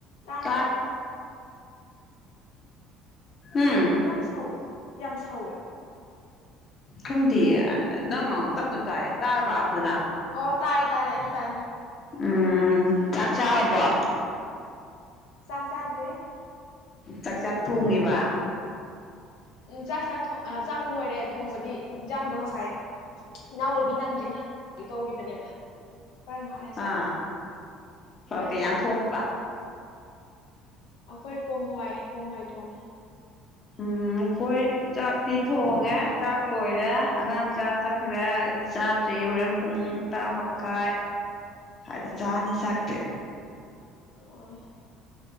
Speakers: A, on the left; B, on the left.
A: ꯇꯥꯔꯕꯣ
B: ꯇꯥ
A: ꯑꯣ
B: ꯎꯝ
A: ꯀꯩꯅꯣ ꯌꯥꯝ ꯁꯧꯋꯦ ꯌꯥꯝ ꯁꯧꯋꯦ
B: ꯈꯪꯗꯦ ꯅꯪ ꯑꯃꯨꯛ ꯇꯞꯅ ꯇꯥꯏ ꯇꯥꯔꯕ ꯐꯖꯅ
A: ꯑꯣ ꯇꯥꯔꯦ ꯇꯥꯔꯦ ꯇꯥꯏ
B: ꯎꯝ ꯆꯥꯛ ꯆꯥ ꯍꯕ
A: ꯆꯥꯛꯖꯗ꯭ꯔꯤ
B: ꯆꯥꯛꯆꯥ ꯊꯣꯡꯉꯤꯕ
A: ꯎꯝ ꯆꯥꯛ ꯆꯥ ꯆꯥꯛ ꯂꯣꯏꯔꯦ ꯊꯣꯡꯕꯗꯤ ꯏꯟꯖꯥꯡꯗꯣ ꯉꯁꯥꯏ ꯏꯅꯥꯎ ꯂꯣꯏꯕꯤ ꯅꯪꯗ ꯂꯣꯏ ꯇꯧꯈꯤꯕꯅꯦꯕ ꯍꯣꯔꯦꯟ ꯉꯍꯥꯛ ꯂꯩꯔ
B: ꯑꯥ
A: ꯆꯥꯅꯤ ꯅꯣꯏꯗꯤ
B: ꯀꯩ ꯏꯟꯖꯥꯡ
A: ꯆꯥꯔꯕ
B: ꯊꯣꯡꯕ
A: ꯑꯩꯈꯣꯏ ꯄꯣꯡ ꯍꯋꯥꯏ ꯄꯣꯡ ꯍꯏ ꯊꯣꯡꯉꯦ
B: ꯎꯝ ꯑꯩꯈꯣꯏ ꯆꯥꯛꯇꯤ ꯊꯣꯡꯉꯦ ꯆꯥꯛ ꯂꯣꯏꯔꯦ ꯑꯉꯥꯡ ꯆꯥ ꯆꯠꯈ꯭ꯔꯦ ꯑꯩꯗꯤ ꯆꯥꯗ꯭ꯔꯤ ꯌꯧꯔꯦꯟ ꯄꯨꯡ ꯇꯔꯥꯃꯈꯥꯏ ꯁꯏꯗ ꯆꯥꯅꯤ ꯆꯥꯛꯇꯤ
A: ꯑꯣ